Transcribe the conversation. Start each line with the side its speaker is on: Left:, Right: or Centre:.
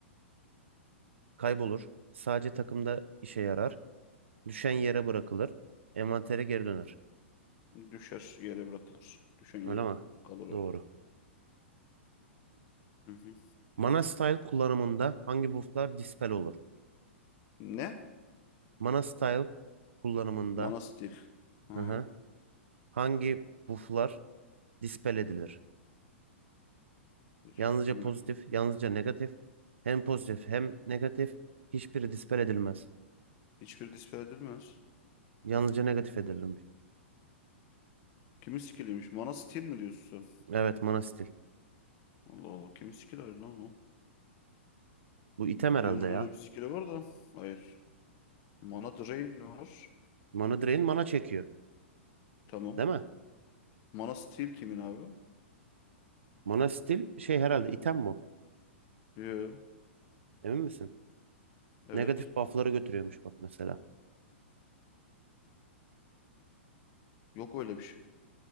Right: Kaybolur. Sadece takımda işe yarar. Düşen yere bırakılır. Envantere geri döner.
Left: Düşer yere bırakılır. Düşen yerde
Right: Öyle mi?
Left: kalır öyle.
Right: Doğru.
Left: Hı hı.
Right: Mana Style kullanımında hangi bufflar dispel olur?
Left: Ne?
Right: Manastyle kullanımında
Left: Mana Steel. Hı.
Right: hı hı, hangi bufflar dispel edilir?
Left: Hiç
Right: Yalnızca
Left: fikrim
Right: pozitif,
Left: yok.
Right: yalnızca negatif. Hem pozitif hem negatif. Hiçbiri dispel edilmez.
Left: Hiçbir dispel edilmez.
Right: Yalnızca negatif edilirmiş.
Left: Kimin skilliymiş? Mana Steel mi diyorsun sen?
Right: Evet, mana stil.
Left: Allah Allah. Kimin skilli lan o?
Right: Bu item herhalde
Left: Lyon'un
Right: ya.
Left: öyle bir skill'i var da. Hayır. Mana Drain var.
Right: Mana drain mana çekiyor.
Left: Tamam.
Right: Değil mi?
Left: Mana Steal kimin abi?
Right: Mana stil şey herhalde item bu.
Left: Yo.
Right: Emin misin?
Left: Evet.
Right: Negatif buff'ları götürüyormuş bak mesela.
Left: Yok öyle bir şey.